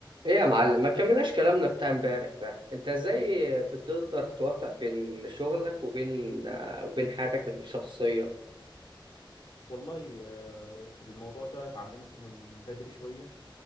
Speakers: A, on the right; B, on the left.
A: ايه يا معلم ما كملناش كلامنا بتاع امبارح ده انت ازاي بتقدر توفق بين شغلك وبين آه، وبين حياتك الشخصية
B: والله آه، الموضوع ده اتعلمته من بدري شوية